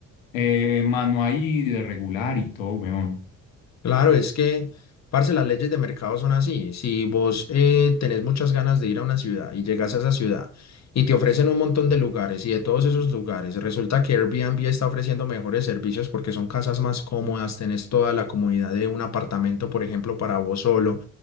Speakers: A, on the left; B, on the left.
A: eh, mano ahí de regular y todo, weón.
B: Claro, es que, parce, las leyes de mercado son así. Si vos eh, tenés muchas ganas de ir a una ciudad y llegas a esa ciudad y te ofrecen un montón de lugares y de todos esos lugares, resulta que Airbnb está ofreciendo mejores servicios porque son casas más cómodas, tenés toda la comodidad de un apartamento, por ejemplo, para vos solo.